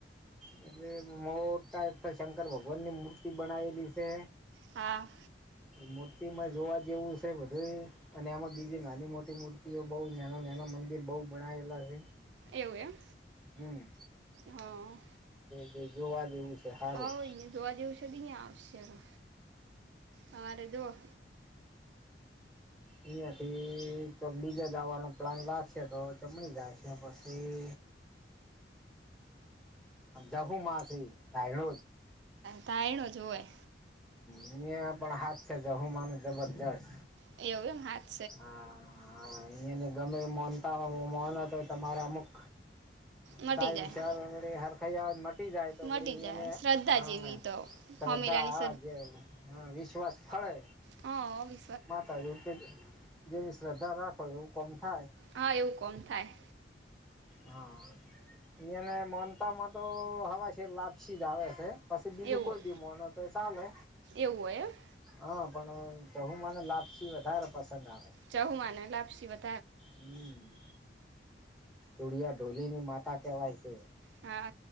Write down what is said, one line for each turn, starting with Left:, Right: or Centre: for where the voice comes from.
Centre: હ એટલે મોટા એક તો શંકર ભગવાન ની મૂર્તિ બનાવેલી છે.
Right: હા.
Centre: મૂર્તિ માં જોવા જેવું છે બધું અને એમાં બીજી નાની મોટી મૂર્તિઓ બહુ નાના નાના મંદિર બહુ બનાયેલા છે.
Right: એવું એમ
Centre: હમ
Right: હા
Centre: જે જોવા જેવું છે સારું
Right: આવો જોવા જેવું છે બી આવશે અરે અમારે જો
Centre: અહિયાયા થી ચોક બીજા જવાનો પ્લાન લાગશે તો ચમણી જાય છે પછી અ જહુ માસી <unintelligible> સાણ જ
Right: તાયનો જ હોય.
Centre: હ પણ હાથ છે જહો માનું જબરજસ્ત
Right: એવુ એમ સારુ
Centre: હા હા અહીંયા ને ગમે મનતા હો મોન હતો તમારે અમુક
Right: મટી
Centre: ટાઈમ
Right: જાય
Centre: છે હરખાઈ આવે મ તટી જાય તો
Right: મટી
Centre: પડી
Right: જાય
Centre: અહયાને
Right: શ્રદ્ધા
Centre: હા
Right: જેવી તો
Centre: શ્રદ્ધા
Right: હમીરાની
Centre: આજ હા વિશ્વાસ ફળે.
Right: હ વિ
Centre: માતાજીવ કે જેવી શ્રદ્ધા રાખો એવું કોમ થાય.
Right: હા એવું કોમ થાય.
Centre: હા ઈયાન મોનતા માં તો હવા શેર લાપસી જ આવે છે. પછી બીજું
Right: એવું
Centre: કોઈ બી મો ન તો ચાલે
Right: એવું હોય એમ
Centre: હા પણ જહુ મા ને લાપસી વધારે પસંદ આવે.
Right: જાહુંમાને લાપસી વધ
Centre: હમ. ચુડિયા, ઢોલીની માતા કેવાય છે
Right: હા